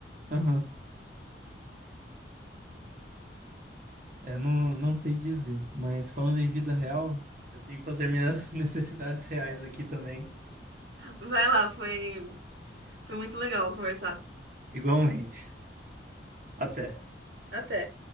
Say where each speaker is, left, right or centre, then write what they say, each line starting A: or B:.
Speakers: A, on the right (about 45°); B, on the right (about 80°).
A: Aham. É, não, não sei dizer, mas falando em vida real, eu tenho que fazer minhas <laughs> necessidades reais aqui também,
B: Vai lá, foi, foi muito legal conversar.
A: igualmente. Até.
B: Até.